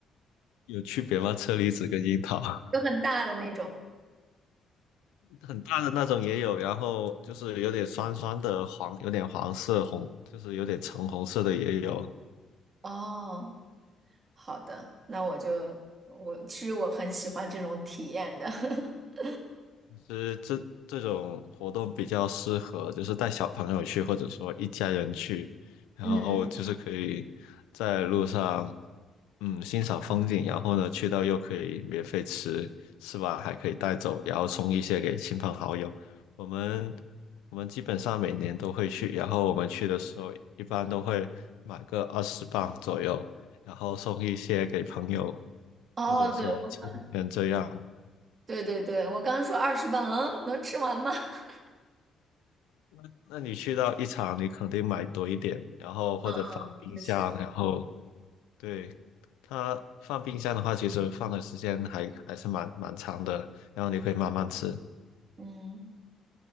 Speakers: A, on the left; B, on the right.
A: 有区别吗？车厘子跟樱桃？<laughs>
B: 就很大的那种。
A: 很大的那种也有，然后就是有点酸酸的黄，有点黄色红，就是有点橙红色的也有。
B: 哦，好的，那我就我其实我很喜欢这种体验的。<laughs>
A: 其实这这种活动比较适合，就是带小朋友去，或者说一家人去，然后就是可以在路上，
B: 嗯嗯，
A: 嗯，欣赏风景，然后呢，去到又可以免费吃，吃完还可以带走，然后送一些给亲朋好友。我们我们基本上每年都会去，然后我们去的时候一般都会买个二十磅左右，然后送一些给朋友
B: 哦，
A: 或者说亲人这样。
B: 对，我刚对对对，我刚说二十磅，嗯，能吃完吗？<laughs>
A: 那那你去到一场，你肯定买多一点，然后或者放冰箱，
B: 嗯嗯，确实，
A: 然后对它放冰箱的话，其实放的时间还还是蛮蛮长的，然后你可以慢慢吃。
B: 嗯